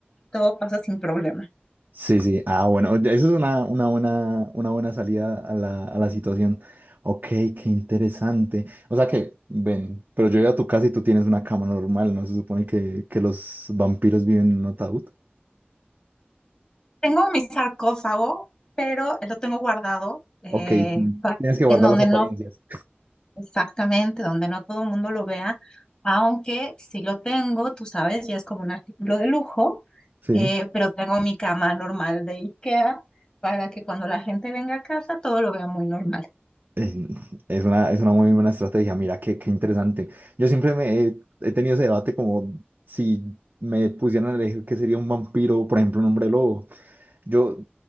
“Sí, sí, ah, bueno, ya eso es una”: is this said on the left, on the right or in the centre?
Right